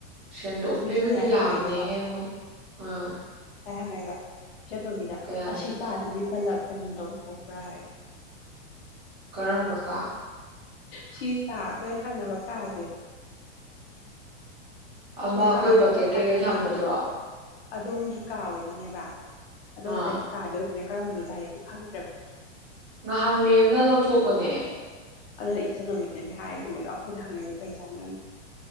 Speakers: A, on the right (about 40°); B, on the left (about 55°).
A: ꯁꯦꯡꯗꯣꯛꯄꯤꯕꯗꯤ
B: ꯃꯤꯁ ꯉꯁꯥꯏ
A: ꯌꯥꯕꯅꯦꯍꯦ
B: ꯍꯪꯉꯛꯏꯅꯤꯀꯣ
A: ꯃꯣꯏ ꯑꯥ
B: ꯍꯥꯏꯕ ꯏꯆꯟꯇꯣꯝꯕꯤꯗ
A: ꯀꯌꯥꯝ
B: ꯑꯁꯤ ꯀꯥꯗꯅꯤ ꯕꯜꯂꯞ ꯑꯅꯤ ꯂꯧꯊꯣꯛꯄ꯭ꯔꯥ ꯍꯥꯏ
A: ꯀꯔꯝꯕ ꯀꯥ
B: ꯁꯤ ꯀꯥ ꯑꯈꯣꯏ ꯊꯪꯅꯕ ꯀꯥꯁꯦ
A: ꯑꯃ
B: ꯁꯣꯝ
A: ꯑꯩꯈꯣꯏ
B: ꯀꯥ
A: ꯕꯛꯀꯦꯠ
B: ꯁꯣꯝ
A: ꯀꯩꯀꯩ
B: ꯁꯥꯏꯠꯀꯤ
A: ꯊꯝꯕꯗꯨꯔꯣ
B: ꯀꯥꯅꯤ ꯑꯗꯣꯝꯒꯤ ꯀꯥ ꯑꯣꯏꯗꯣꯏꯅꯦꯕ ꯑꯗꯣꯝ
A: ꯑꯥ
B: ꯁꯥꯏꯠꯀꯤ ꯀꯥꯗ ꯑꯣꯏ ꯀꯔꯝꯕꯅꯣ ꯗꯥꯏꯔꯦꯛꯇꯤ ꯈꯪꯗꯔꯦꯕ
A: ꯅꯍꯥꯟ ꯃꯦꯝꯅ ꯂꯧꯊꯣꯛꯄꯅꯦ
B: ꯑꯗꯣ ꯏꯆꯟ ꯇꯣꯝꯕꯤꯅꯗꯤ ꯍꯥꯏꯈꯤꯅꯦ ꯑꯗꯣ ꯑꯩꯈꯣꯏꯗꯤ ꯍꯪꯉꯛꯏ ꯀꯔꯤ ꯆꯥꯟꯅꯔꯤꯒꯦ